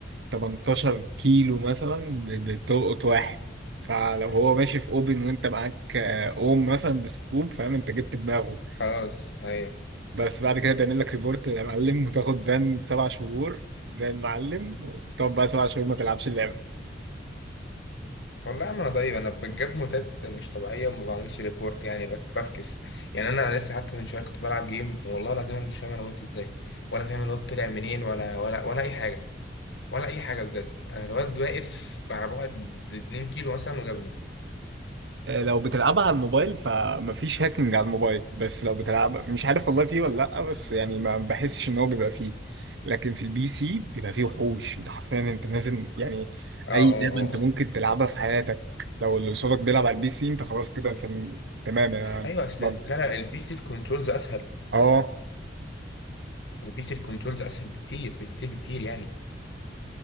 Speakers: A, on the right; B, on the left.
A: 18 كيلو مثلا ب- بتلقط واحد فلو هو ماشي في اوبن وانت معاك آه، اوم مثلا بسكوب فاهم انت جبت دماغه
B: خلاص ايوه
A: بس بعد كده بيعمل لك ريبورت يا معلم وتاخد بان سبع شهور زي المعلم وتقعد بقى سبع شهور ما تلعبش اللعبه
B: والله يا عم انا طيب انا بجيب موتات مش طبيعيه وما بعملش ريبورت يعني بك- بفكس يعني انا لسه حتى من شويه كنت بلعب جيم والله العظيم انا مش فاهم انا وقت ازاي ولا فاهم الواد طلع منين ولا ولا ولا اي حاجه ولا اي حاجه بجد انا الواد واقف على بعد 2 كيلو مثلا وجابني
A: آه، لو بتلعبها على الموبايل فمفيش هاكينج على الموبايل بس لو بتلعب مش عارف والله فيه ولا لأ بس يعني ما بحسش ان هو بيبقى فيه لكن في البي سي بيبقى فيه وحوش انت حرفيا انت لازم يعني
B: اه
A: اي
B: اه
A: لعبة
B: اه
A: انت ممكن
B: اه
A: تلعبها في حياتك لو اللي قصادك بيلعب على البي سي انت خلاص كده فن... تمام انا
B: ايوه اصل
A: ضامن.
B: لا لا البي سي الكنترولز اسهل
A: اه
B: البي سي الكنترولز اسهل بكتير بكتير بكتير يعني